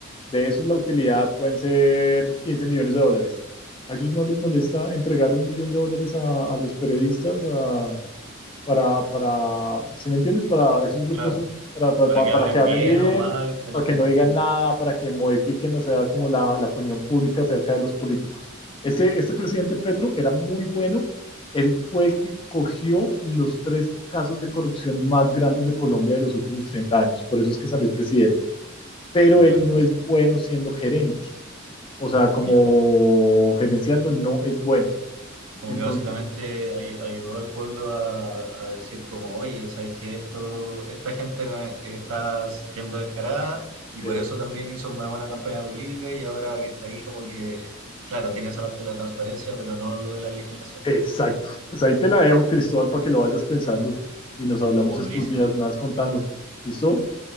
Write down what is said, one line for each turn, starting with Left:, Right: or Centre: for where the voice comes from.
Left: De esos, la utilidad pueden ser 15 millones de dólares. ¿A ellos no les molesta entregar un millón de dólares a, a los periodistas a- para, para, ¿sí me entiendes? Para esos grupos,
Right: claro.
Left: para, para,
Right: Para
Left: para-
Right: que
Left: para
Right: hablen
Left: que hablen
Right: bien
Left: bien,
Right: o mal de
Left: para
Right: lo que
Left: que
Right: le
Left: no
Right: conviene.
Left: digan nada, para que modifiquen, o sea, como la, la opinión pública acerca de los políticos. Este, este presidente Petro era muy bueno. Él fue el que cogió los tres casos de corrupción más grandes de Colombia de los últimos 30 años. Por eso es que salió presidente pero
Right: Ya,
Left: él no
Right: o sea,
Left: es bueno siendo gerente. O sea, como
Right: ya.
Left: gerenciando no es bueno.
Right: Como
Left: Entonces,
Right: que básicamente ay- ayudó al pueblo a, a decir como, oye, sabéis que esto, esta gente no es- está siendo descarada y
Left: eh,
Right: por eso también hizo una buena campaña política y ahora que está ahí como que, claro, tiene esa parte de la transparencia, pero no lo de la legislación.
Left: exacto. Pues ahí te la dejo, Cristóbal, para que lo vayas pensando y nos hablamos
Right: Oh,
Left: estos
Right: durísimo.
Left: días más contando. ¿Listo?